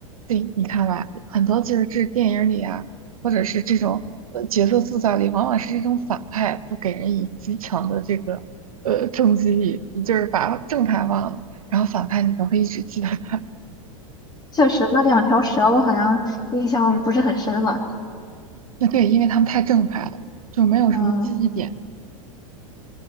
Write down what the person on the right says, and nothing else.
对，你看吧，很多就是这电影里啊，或者是这种呃角色塑造里，往往是这种反派都给人以极强的这个呃冲击力，你就是把正派忘了，然后反派你总会一直记得他。
<laughs> 嗯，那对，因为他们太正派了，就没有什么记忆点。